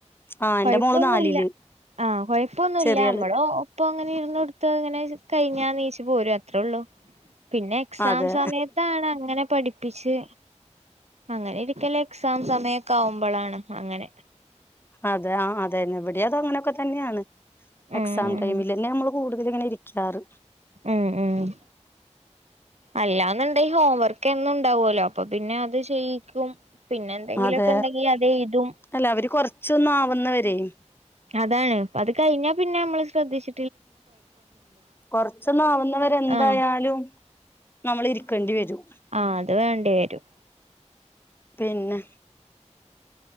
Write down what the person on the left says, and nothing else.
ആഹ് എന്റെ
മോള് നാലില്
ചെറിയാള്
അതെ
അതെ ആ അതെന്നെ ഇവിടിം അത അങ്ങനൊക്കെ തന്നെയാണ്
എക്സാം ടൈമിലെന്നെ നമ്മ കൂടുതല് ഇങ്ങനെ ഇരിക്കാറ്
അതെ
അല്ല അവര് കൊറച്ചൊന്ന് ആവുന്നവരെയ്
കൊറച്ചൊന്ന് ആവുന്നവരെ എന്തായാലും
നമ്മള് ഇരിക്കണ്ടിവരും
പിന്നെ